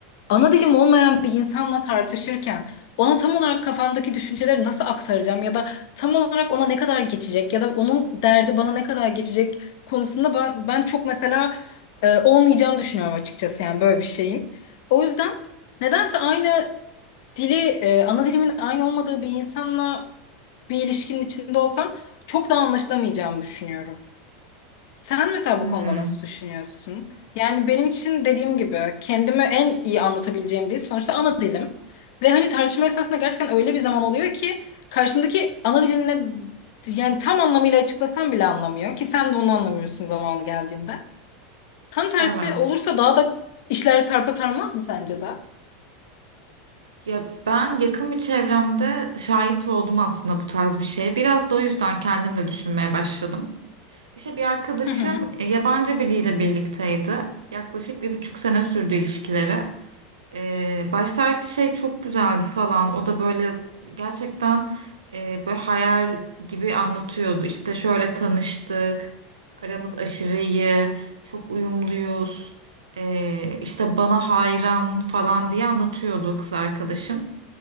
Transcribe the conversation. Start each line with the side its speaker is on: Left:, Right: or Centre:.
Left: ana dilim olmayan bir insanla tartışırken ona tam olarak kafamdaki düşünceleri nasıl aktaracağım ya da tam olarak ona ne kadar geçecek ya da onun derdi bana ne kadar geçecek konusunda ben, ben çok mesela e, olmayacağını düşünüyorum açıkçası yani böyle bir şeyin. O yüzden nedense aynı dili, e, ana dilimin aynı olmadığı bir insanla bir ilişkinin içinde olsam çok daha anlaşılamayacağımı düşünüyorum. Sen mesela
Right: Hmm,
Left: bu konuda nasıl düşünüyorsun? Yani benim için dediğim gibi kendimi en iyi anlatabileceğim dil sonuçta ana dilim. Ve hani tartışma esnasında gerçekten öyle bir zaman oluyor ki karşındaki ana diline yani tam anlamıyla açıklasan bile anlamıyor ki sen de onu anlamıyorsun zamanı geldiğinde. Tam tersi
Right: evet.
Left: olursa daha da işler sarpa sarmaz mı sence de?
Right: Ya ben yakın bir çevremde şahit oldum aslında bu tarz bir şeye. Biraz da o yüzden kendim de düşünmeye başladım. İşte bir arkadaşım
Left: Hı hı.
Right: e, yabancı biriyle birlikteydi. Yaklaşık bir buçuk sene sürdü ilişkileri. Ee, baştaki şey çok güzeldi falan. O da böyle gerçekten e, böyle hayal gibi anlatıyordu. İşte şöyle tanıştık. Aramız aşırı iyi. Çok uyumluyuz. Ee, işte bana hayran falan diye anlatıyordu kız arkadaşım.